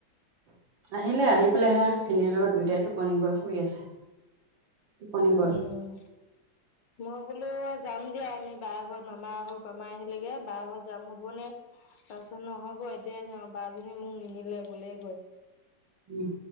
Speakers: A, on the right; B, on the left.
A: আহিলে আহি পেলাই হেয়া
B: মোক
A: ভিনীৰ লগত দুইটাই টোপ- পনি গৈ শুই আছে। টোপনি গ'ল
B: উম। মই বোলো যাম দিয়া আমি বাই ঘৰত মামা আহক বমাই আহিলেগে বাই ঘৰত যাম হ'বনে। তাৰপিছত নহব এতিয় যাওঁ বাজনী মোক নিনিলে গলে গৈ।
A: উম।